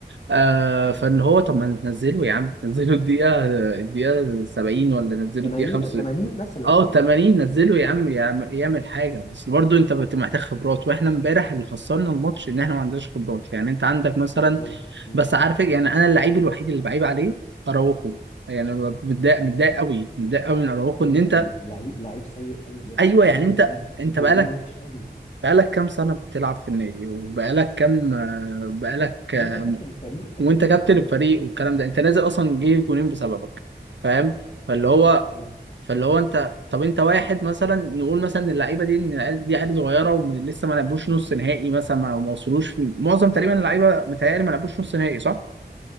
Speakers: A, on the right; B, on the left.
A: آه فان هو طب ما ننزله يا عم ننزله الدقيقه الدقيقه 70 ولا ننزله
B: 80
A: الدقيقه 5
B: 80 مثلا
A: اه
B: اه
A: 80 نزله يا عم يعم- يعمل حاجه بس برضو انت بت- محتاج خبرات واحنا امبارح اللي خسرنا الماتش ان احنا ما عندناش خبرات يعني انت عندك مثلا
B: بالظبط مم.
A: بس عارف إيه؟ يعني انا اللعيب الوحيد اللي بعيب عليه اراوخو يعني أنا متضايق متضايق قوي متضايق قوي من اراوخو
B: سيء
A: ان انت
B: قوي لعيب لعيب سيء قوي بجد
A: ايوه
B: بجد
A: يعني انت
B: التمركز
A: انت
B: في الجونين
A: بقالك
B: وحش قوي
A: بقالك كام سنه بتلعب في النادي وبقالك كام آه، بقالك آه،
B: وانت كابتن
A: م-
B: الفريق تخيل
A: وانت
B: انت
A: كابتن
B: كابتن
A: الفريق
B: الفريق اصلا
A: والكلام ده انت نازل اصلا جه جونين بسببك فاهم فاللي
B: بالظبط
A: هو
B: اه
A: فاللي هو انت طب انت واحد مثلا نقول مثلا اللعيبه دي ان العيال دي عيال صغيره ولسه ما لعبوش نص نهائي مثلا ما ما وصلوش في- معظم تقريبا اللعيبه متهيألي ما لعبوش نص نهائي صح؟